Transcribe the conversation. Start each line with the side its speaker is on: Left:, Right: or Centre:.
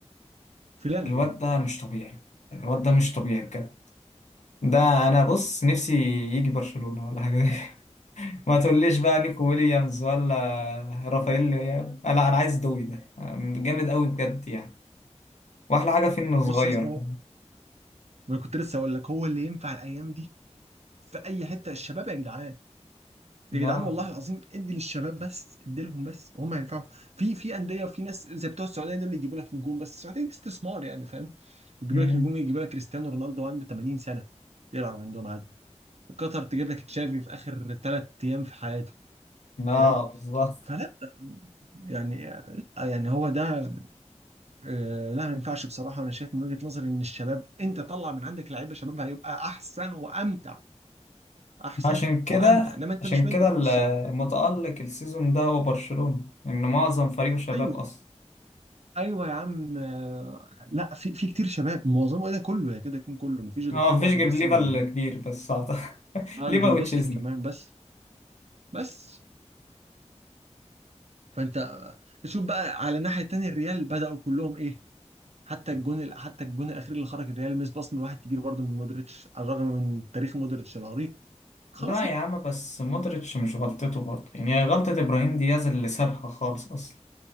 Right: في لعبه
Left: الواد ده مش طبيعي الواد ده مش طبيعي بجد ده انا بص نفسي يجي برشلونة ولا حاجة <laughs> ما تقوليش بقى نيكو ويليامز ولا رافائيل لا انا عايز دوي ده آه، جامد قوي بجد يعني واحلى حاجة فيه انه صغير
Right: بص يا اسطى
Left: كمان
Right: ما انا كنت لسه اقول لك هو اللي ينفع الايام دي في اي حته الشباب يا جدعان يا جدعان
Left: اه
Right: والله العظيم ادي للشباب بس ادي لهم بس هم هينفعوا في في انديه وفي ناس زي بتوع السعوديه دول اللي يجيبوا لك نجوم بس السعوديه دي استثمار يعني فاهم يجيبوا
Left: مم.
Right: لك نجوم يجيبوا لك كريستيانو رونالدو عنده 80 سنه يلعب عندهم عادي قطر تجيب لك تشافي في اخر ثلاث ايام في حياته
Left: اه
Right: فاهم
Left: بالظبط
Right: فلا يعني يعني هو ده آه، لا ما ينفعش بصراحه وانا شايف من وجهه نظري ان الشباب انت طلع من عندك لعيبه شباب هيبقى احسن وامتع احسن
Left: عشان كده
Right: وامتع انما انت
Left: عشان
Right: مش مدي
Left: كده
Right: فرصه
Left: المتألق السيزون ده هو برشلونة إن معظم فريقه شباب
Right: ايوه
Left: أصلا
Right: ايوه يا عم آه، لا في في كتير شباب معظمه ايه ده كله يا كده يكون كله مفيش غير
Left: اه
Right: كام
Left: مفيش
Right: واحد
Left: غير
Right: بس
Left: ليفا
Right: هو اللي
Left: الكبير
Right: جديد
Left: بس أعتقد <laughs>
Right: اه
Left: ليفا
Right: ليفاندوسكي
Left: وتشيزني
Right: كمان بس بس فانت آه، تشوف بقى على الناحيه التانيه الريال بداوا كلهم ايه حتى الجون ال- حتى الجون الاخير اللي خرج الريال مس باص من واحد كبير برضه من مودريتش على الرغم من تاريخ مودريتش العريق خلاص
Left: لا
Right: بقى
Left: يا عم بس مودريتش مش غلطته برضه يعني هي غلطة إبراهيم دياز اللي سابها خالص أصلا